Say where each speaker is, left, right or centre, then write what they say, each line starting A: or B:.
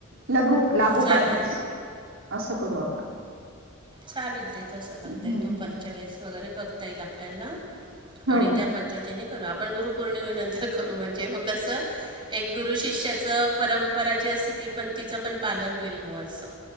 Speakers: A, on the right; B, on the right.
A: लगु लागूपाठच
B: चालेल
A: <inaudible> असं करू आपण.
B: चालेल ते तसं करता
A: हम्म
B: येईल दुपारच्या वेळेस वगैरे बघता येईल आपल्याला
A: हो
B: आणि त्या बद्ल्या अता त्यांनी करू आपण गुरुपौर्णिमेनंतर करू म्हणजे म कसं एक गुरु शिष्याच परंपरा जी असते ती पण तिचं पण पालन होईल बं असं.